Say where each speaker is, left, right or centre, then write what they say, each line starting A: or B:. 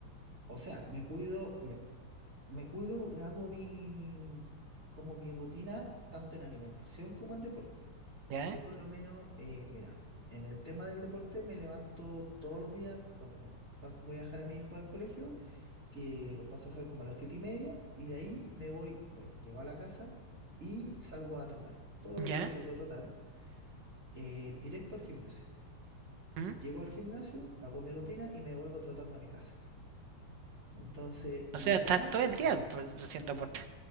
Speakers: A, on the right (about 35°); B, on the right (about 70°).
A: O sea, me cuido, me, me cuido, hago mi, como mi rutina tanto en alimentación como en deporte.
B: ¿Ya?
A: Yo por lo menos, eh, mira, en el tema del deporte me levanto todos los días cuando me pas- voy a dejar a mi hijo al colegio, que los paso a dejar como a las siete y media, y de ahí me voy, bueno, llego a la casa y salgo a trotar. Todos los
B: ¿Ya?
A: días salgo a trotar, eh, directo al gimnasio.
B: ¿Mm?
A: Llego al gimnasio, hago mi rutina y me vuelvo trotando a mi casa. Entonces,
B: O
A: y
B: sea,
A: acá,
B: estás todo el día
A: va-
B: pues, haciendo deporte.